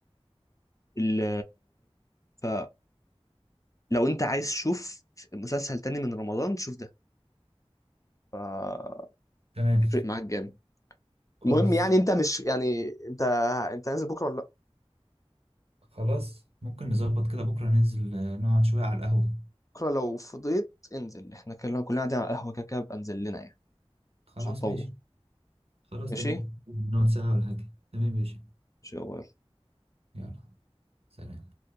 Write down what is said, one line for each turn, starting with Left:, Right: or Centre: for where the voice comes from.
Left: ال- ف لو انت عايز تشوف مسلسل تاني من رمضان شوف ده فهيفرق
Right: تمام
Left: معاك جامد
Right: كويس
Left: المهم يعني انت مش يعني انت انت نازل بكره ولا لأ؟
Right: خلاص ممكن نظبط كده بكرة ننزل آه، نقعد شوية على القهوة
Left: بكره لو فضيت انزل احنا كلنا كلنا قاعدين على القهوه كده كده بقى انزل لنا يعني
Right: خلاص
Left: مش هنطول
Right: ماشي خلاص
Left: ماشي
Right: تمام نقعد ساعة ولا حاجة تمام يا باشا
Left: ماشي يا باي
Right: يلا سلام